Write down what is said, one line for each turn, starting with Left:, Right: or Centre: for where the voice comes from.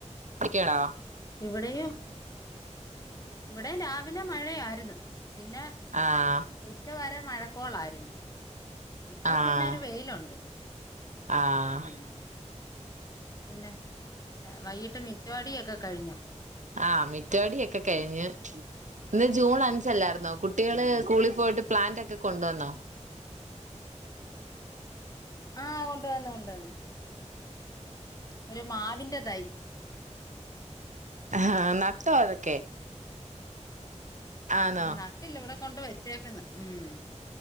Right: ഇകേടാ
Left: ഇവിടെയും ഇവിടേം രാവിലെ മഴയാര്ന്ന് പിന്നെ
Right: ആഹ്
Left: ഉച്ചവാരം മഴക്കോളാരുന്നു ഇപ്പൊ
Right: ആഹ്
Left: പിന്നൊരു വെയിലുണ്ട്
Right: ആഹ്
Left: ഉം പിന്നെ വൈകിട്ട് മിറ്റവടിയൊക്കെ കഴിഞൊ
Right: ആ മിറ്റവടിയൊക്കെ കഴിഞ്ഞ് ഇന്ന് ജൂൺ അഞ്ചല്ലായിരുന്നൊ കുട്ടികള്
Left: ആഹ്
Right: സ്കൂളിൽ പോയിട്ട് പ്ലാന്റ് ഒക്കെ കൊണ്ടുവന്നോ
Left: ആ കൊണ്ട് വന്ന് കൊണ്ടുവന്ന് ഒരു മാവിന്റെ തൈ
Right: ആ നട്ടോ അതൊക്കെ ആന്നോ
Left: നട്ടില്ല ഇവിടെ കൊണ്ട് വെച്ചേക്കുന്നു മം